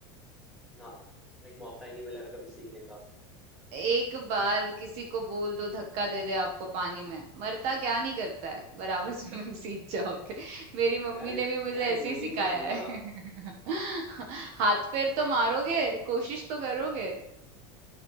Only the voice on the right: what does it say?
एक बार किसी को बोल दो धक्का दे दे आपको पानी में मरता क्या नहीं करता है बराबर स्विमिंग सीख जाओगे मेरी मम्मी
ने भी मुझे
ऐसे
ही सिखाया
है <laughs> हाथ पैर तो मारोगे कोशिश तो करोगे